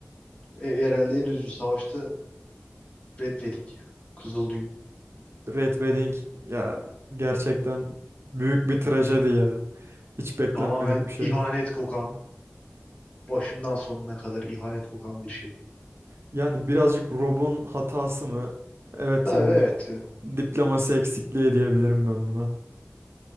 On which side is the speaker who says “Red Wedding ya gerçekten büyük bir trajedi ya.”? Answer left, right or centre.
Right